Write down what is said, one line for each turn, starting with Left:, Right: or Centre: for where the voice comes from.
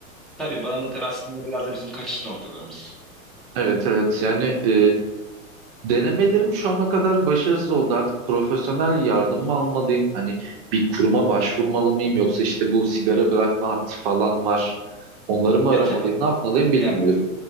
Centre: Tabii bağımlılıklar aslında biraz da bizim kaçış noktalarımız.
Right: Evet evet yani e, Denemelerim şu ana kadar başarısız oldu. Artık profesyonel yardım mı almalıyım? Hani bir kuruma başvurmalı mıyım? Yoksa işte bu sigara bırakma hattı falan var. Onları mı aramalıyım?
Centre: Ya tabii
Right: Ne yapmalıyım bilmiyorum.
Centre: ya,